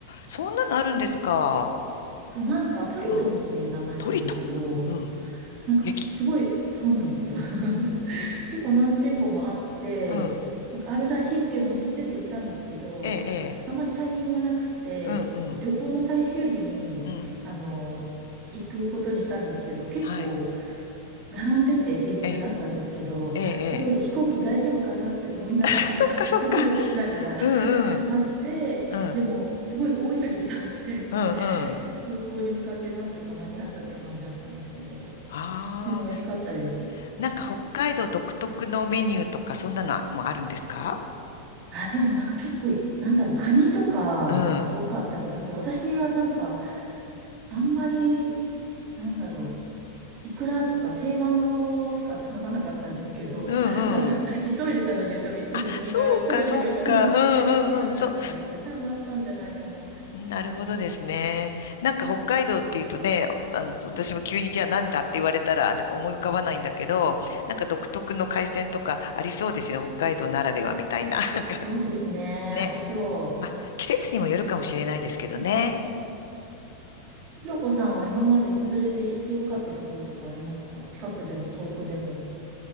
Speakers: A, on the left; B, on the right.
A: そんなのあるんですか。
B: そう、なんかトリトンっていう名前なんですけど、
A: うん。トリトン。うん。
B: なんかすごい、
A: 焼き。
B: そうなんですよ。<laughs> 結構何店舗もあって、
A: うん。
B: なんかあるらしいっていうのを知ってて行ったんですけど、
A: ええ、ええ。
B: あんまりタイミングがなくて、
A: うん、
B: その旅行の最終日に、
A: うん。うん
B: あの、行くことにしたんですけど、結構
A: はい。
B: 並んでて平日だったんですけど、
A: ええ、ええ、ええ。
B: すごい飛行機大丈夫かなって思いながら、
A: <laughs> そっかそっか。
B: <laughs> ドキドキしながら
A: うんうん、
B: 待って、
A: うん、
B: でもすごい大急ぎで食べて、<laughs>
A: うん、うん。
B: 空港に向かってなんとか間に合ったって感じだったんですけど、
A: ああ、
B: でも美味しかったですよ。
A: なんか北海道独特のメニューとか、そんなのはもうあるんですか
B: あ、でもなんか結構、なんだろう、カニとか多かった気がする。
A: うん、
B: 私はなんか、あんまり、なんだろう、いくらとか定番のものしか頼まなかったんですけど、
A: うん、
B: <laughs> 多分急いでたので、
A: うん。
B: 多分いつも自分が食べてるようなものばっかり選んじゃったんですけど、
A: あ、そうかそうか。うん、うん、うん。そう。
B: 多分あったんじゃないかな。
A: なるほどですね。なんか北海道っていうとね、あの、私も急にじゃあなんだって言われたらあれ思い浮かばないんだけど、なんか独特の海鮮とかありそうですよね。北海道ならではみたいな。<laughs> なんか
B: そうですね、
A: ね。
B: ありそ
A: まあ、季節にもよるかもしれないですけどね。
B: う。うんひろこさんは今まで子連れで行ってよかったところとかありますか近くでも遠くでも。